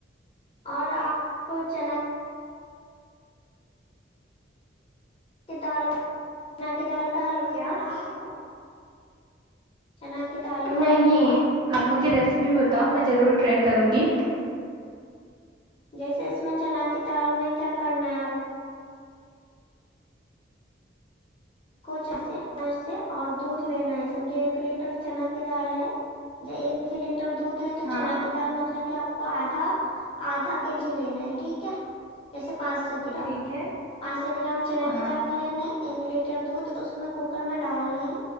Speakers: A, on the left; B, on the right.
A: اور آپ کو چنا کی دال چنا کی دال کا حلوہ
B: کیا
A: بناائے ہو چنا کی دال کا
B: نہیں
A: حلوہ
B: اب مجھے ریسیپی بتاؤ میں ضرور ٹرائی کروں گی
A: جیسے اس میں چنا کی دال میں کیا کرنا ہے آپ کوجیسے ایسے اور دودھ لینا ہے سمجھے ایک لیٹر چنا کی دال ہے ج ایک لیٹر دودھ ہے تو
B: ہاں
A: چنا کی دال مطلب کہ آپ کو آدھا آدھا کے جی لینا ہے ٹھیک ہے جیسے پانچ سو گرام
B: ٹھیک ہے
A: پانچ سو گرام چنا
B: ہاں
A: کی دال لینا ہے ایک لیٹر ر دودھ اس میں کوکر میں ڈالنا ہے